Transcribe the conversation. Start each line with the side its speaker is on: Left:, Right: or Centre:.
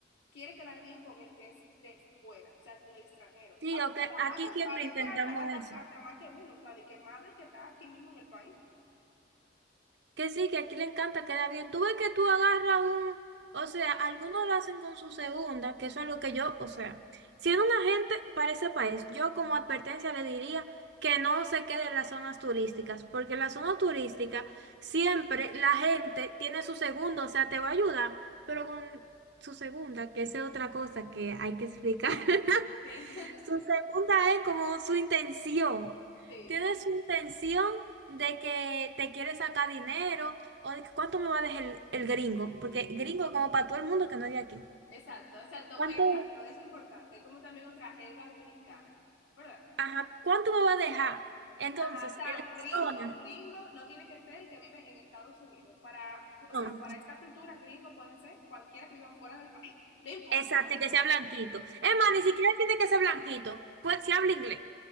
Left: quiere quedar bien con el que es de fuera, o sea, con el extranjero.
Right: Sí,
Left: A veces
Right: ok,
Left: hasta
Right: aquí
Left: más, con-
Right: siempre
Left: a veces
Right: intentamos
Left: hasta, hasta,
Right: eso.
Left: hasta más que uno, o sea, de que más del que está aquí mismo en el país.
Right: Que sí, que aquí le encanta quedar bien. Tú ves que tú agarras un, o sea, algunos lo hacen con su segunda, que eso es lo que yo, o sea, siendo una gente para ese país, yo como advertencia le diría que no se quede en las zonas turísticas, porque en la zona turística siempre la gente tiene su segunda, o sea, te va a ayudar, pero con su segunda, que esa es otra cosa que hay que explicar. <laughs>
Left: Sí,
Right: Su segunda es como su intención.
Left: <laughs>
Right: Tiene
Left: sí.
Right: su intención de que te quiere sacar dinero o de que cuánto me va a dejar el, el gringo, porque gringo es como para todo el mundo que no es de aquí.
Left: Exacto, exacto,
Right: ¿Cuánto,
Left: exacto, eso es importante, como también otra jerga dominicana, ¿verdad?
Right: ajá, cuánto me va a dejar? Entonces,
Left: Ajá, o sea,
Right: en la
Left: gringo,
Right: zona,
Left: gringo, no tiene que ser el que vive en Estados Unidos. Para, o
Right: no.
Left: sea, para esta cultura, gringo puede ser cualquiera que viva fuera del país, no importa.
Right: Exacto, y que
Left: ¿no?
Right: sea blanquito. Es más, ni siquiera tiene que ser blanquito, pues si habla inglés.